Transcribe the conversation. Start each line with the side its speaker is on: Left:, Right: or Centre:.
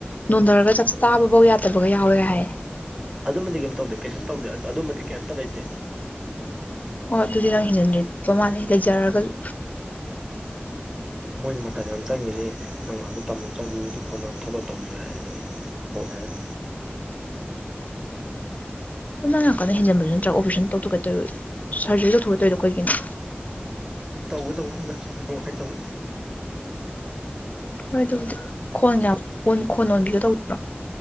Left: ꯅꯣꯟꯊꯔꯒ ꯆꯥꯛ ꯆꯥꯕꯐꯧ ꯌꯥꯗꯕꯒ ꯌꯥꯎꯋꯦꯒ ꯍꯥꯏꯌꯦ
Right: ꯑꯗꯨꯃꯗꯤ ꯀꯩꯝ ꯇꯧꯗꯦ ꯀꯩꯁꯨꯝ ꯇꯧꯗꯦ ꯑꯗꯨꯃꯗꯤ ꯀꯩꯝꯇ ꯂꯩꯇꯦ
Left: ꯑꯣ ꯑꯗꯨꯗꯤ ꯅꯪ ꯍꯦꯟꯖꯤꯟꯗꯠꯄ ꯃꯥꯜꯂꯦ ꯂꯩꯖꯔꯒꯖꯨ
Right: ꯍꯣꯏ ꯑꯗꯨꯗ ꯃꯣꯏꯅ ꯃꯇꯝ ꯌꯥꯝ ꯆꯪꯉꯤꯅꯤ ꯅꯪ ꯑꯗꯨ ꯇꯝ ꯆꯠꯂꯨꯕꯗ ꯈꯣꯠꯂ ꯊꯣꯂꯛ ꯇꯧꯁꯦ ꯍꯥꯏ ꯑ ꯑꯗꯨ ꯑꯩ ꯍꯣꯏ ꯌꯥꯔꯝ
Left: ꯑꯣ ꯅ ꯅꯪ ꯌꯥꯝ ꯀꯟꯅ ꯍꯦꯟꯖꯟꯕꯗꯨ ꯅꯠꯇ꯭ꯔꯒ ꯑꯣꯄꯔꯦꯁꯟ ꯇꯧꯊꯣꯛꯀꯗꯣꯏ ꯁꯔꯖꯔꯤ ꯇꯧꯊꯣꯛꯀꯗꯧꯔꯤꯗꯣ ꯑꯩꯈꯣꯏꯒꯤꯅ
Right: ꯑꯗꯨꯝ ꯇꯧꯒꯦ ꯇꯧꯕꯅꯤꯅ ꯅꯨꯡꯉꯥꯏꯇꯕ
Left: ꯍꯣꯏ ꯑꯗꯨꯕꯨꯗꯤ ꯈꯣꯟꯒ ꯑꯣꯟ ꯈꯣꯟ ꯑꯣꯟꯕꯤꯗꯣ ꯇꯧꯕ